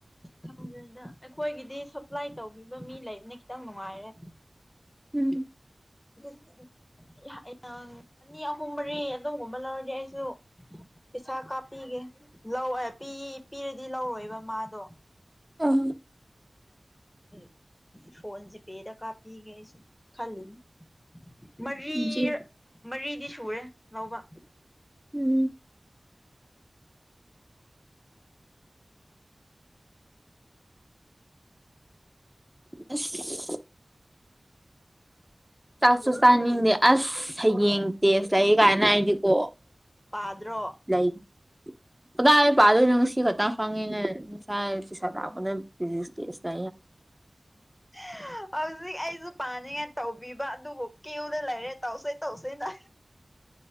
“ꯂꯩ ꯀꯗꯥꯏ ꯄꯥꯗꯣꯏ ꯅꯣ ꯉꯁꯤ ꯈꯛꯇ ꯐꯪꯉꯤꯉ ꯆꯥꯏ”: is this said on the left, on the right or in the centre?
Centre